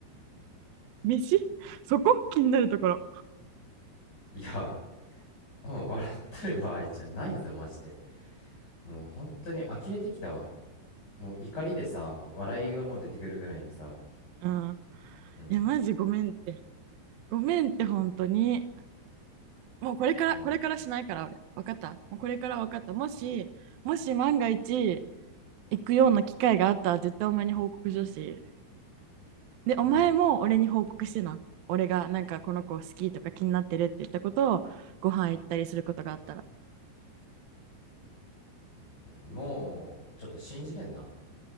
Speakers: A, on the right; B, on the left.
A: 飯 <laughs> そこ気になるところ。
B: いやうん笑ってる場合じゃないぞマジでもう本当に呆れてきたわもう怒りでさ笑いがもう出てくるぐらいにさ
A: うん。
B: うん
A: いや、マジごめんって。ごめんって、本当に。もうこれから、
B: うん
A: これからしないから、俺。わかったもうこれからわかった。もし、もし万が一、行くような機会があったら絶対お前に報告しようし。で、お前も俺に報告してな。
B: うん
A: 俺がなんかこの子好きとか気になってるって言ったことをご飯行ったりすることがあったら。
B: うんもうちょっと信じれんな